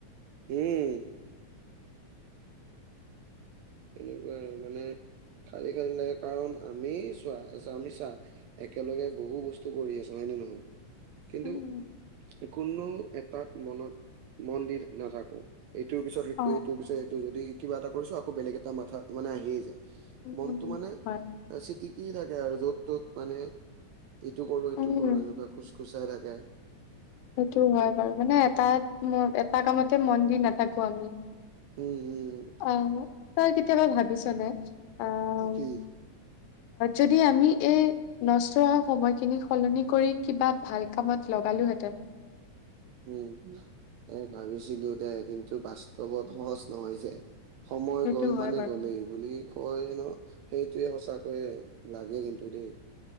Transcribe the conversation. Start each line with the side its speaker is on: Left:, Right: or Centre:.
Right: উম। এনেকুৱাই মানে খালি খালি লাগে কাৰণ আমি চোৱা আমি চা একেলগে বহু বস্তু কৰি আছো হয় নহয়। <inaudible> কিন্তু
Left: উম
Right: কোনো এটাত মনত মন্দিৰ নাথাকো। এইটোৰ পিছত সেইটো
Left: অ
Right: এইটোৰ পিছত এইটো যদি কিবা এটা কৰিছো আকৌ বেলেগ এটা মাথা মানে আহিয়েই যায়।
Left: উম
Right: মনটো
Left: উম,
Right: মানে
Left: হয়
Right: চিটিকি থাকে আৰু য'ত ত'ত মানে। ইটো কৰো ইটো
Left: উম
Right: কৰো এনেকুৱা খোজ খোজাই থাকে।
Left: সেইটো হয় বাৰু মানে এটাাত এটা কামতে মন দি নাথাকো আমি।
Right: উম উম
Left: অ' তই কেতিয়াবা ভাবিছ নে? আহ
Right: কি
Left: যদি আমি এই নষ্ট হোৱা সময়খিনি সলনি কৰি কিবা ভাল কামত লগালোহেঁতেন।
Right: উম এ ভাবিছিলো দে কিন্তু বাস্তৱত সহজ নহয় যে। সময়
Left: সেইটো
Right: গ'ল
Left: হয়
Right: মানে
Left: বাৰু
Right: গ'লেই বুলি কয় ন। সেইটোৱে সঁচাকৈয়ে লাগে কিন্তু দেই।